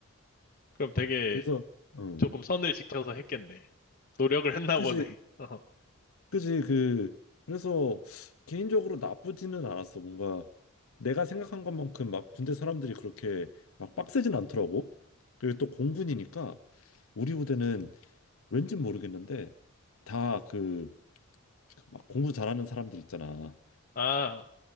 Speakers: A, on the left; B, on the left.
A: 그럼 되게
B: 그래서 어
A: 조금 선을 지켜서 했겠네. 노력을 했나
B: 그지
A: 보네. <laughs>
B: 그지 그 그래서 개인적으로 나쁘지는 않았어. 뭔가 내가 생각한 것만큼 막 군대 사람들이 그렇게 막 빡세진 않더라고. 그리고 또 공군이니까 우리 부대는 왠진 모르겠는데 다 그 막 공부 잘하는 사람들 있잖아.
A: 어. 아,